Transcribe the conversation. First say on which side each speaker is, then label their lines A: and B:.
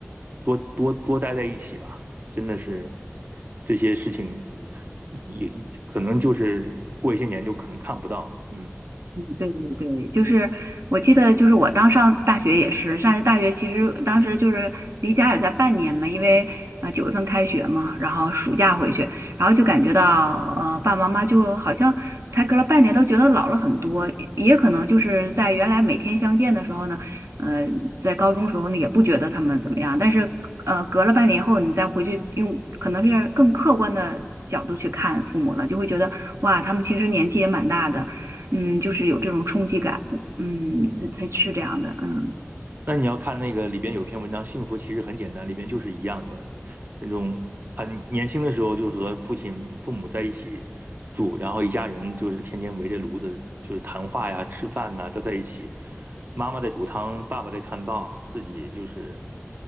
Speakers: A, on the right; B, on the right.
A: 多多多待在一起吧，真的是这些事情也可能就是过一些年就可能看不到了嗯。
B: 对对对，就是我记得，就是我当上大学也是，上大学其实当时就是离家也在半年嘛，因为呃九月份开学嘛，然后暑假回去，然后就感觉到呃爸爸妈妈就好像才隔了半年都觉得老了很多，也也可能就是在原来每天相见的时候呢，呃在高中时候呢也不觉得他们怎么样，但是呃隔了半年以后你再回去用可能是更客观的角度去看父母了，就会觉得哇他们其实年纪也蛮大的。嗯，就是有这种冲击感，嗯，
A: 嗯，
B: 才才是这样的，嗯，
A: 那你要看那个里边有篇文章《幸福其实很简单》，里边就是一样的那种很年轻的时候就是和父亲、父母在一起住，然后一家人就是天天围着炉子就是谈话呀、吃饭呐，都在一起。妈妈在煮汤，爸爸在看报，自己就是